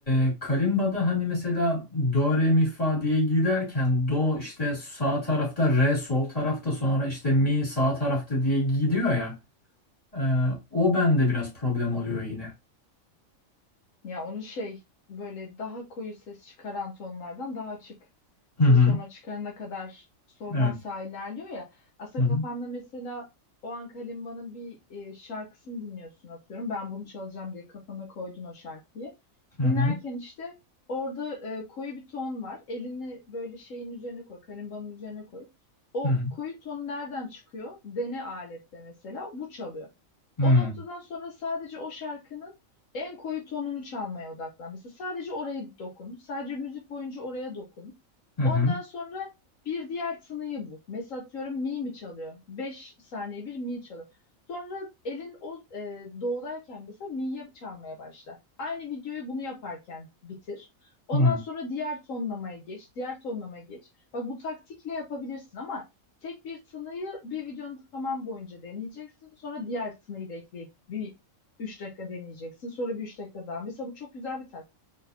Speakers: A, on the left (about 25°); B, on the left (about 70°).
A: e, Kalimba'da hani mesela do re mi fa diye giderken do işte sağ tarafta re sol tarafta sonra işte mi sağ tarafta diye gidiyor ya e, o bende biraz problem oluyor yine.
B: Ya onu şey böyle daha koyu ses çıkaran tonlardan daha açık
A: Hı
B: ses
A: hı.
B: tonuna çıkarana kadar soldan
A: Evet.
B: sağa ilerliyor ya. Aslında
A: Hı hı.
B: kafanda mesela o an kalimbanın bir e, şarkısını dinliyorsun atıyorum. Ben bunu çalacağım diye kafana koydun o şarkıyı.
A: Hı hı.
B: Dinlerken işte orada e, koyu bir ton var. Elini böyle şeyin üzerine koy, kalimbanın üzerine koy. O
A: Hı
B: koyu ton nereden çıkıyor? Dene aletle mesela bu çalıyor.
A: hı.
B: O noktadan sonra sadece o şarkının en koyu tonunu çalmaya odaklan. Mesela sadece orayı dokun. Sadece müzik boyunca oraya dokun.
A: Hı
B: Ondan
A: hı.
B: sonra bir diğer tınıyı bul. Mesela atıyorum mi mi çalıyor? 5 saniye bir mi çalıyor. Sonra elin o e, doğdayken mesela mi'yi çalmaya başla. Aynı videoyu bunu yaparken bitir. Ondan
A: Hı.
B: sonra diğer tonlamaya geç, diğer tonlamaya geç. Bak bu taktikle yapabilirsin ama tek bir tınıyı bir videonun tamam boyunca deneyeceksin. Sonra diğer tınıyı da ekleyip bir Üç dakika deneyeceksin. Sonra bir 3 dakika daha. Mesela bu çok güzel bir taktik.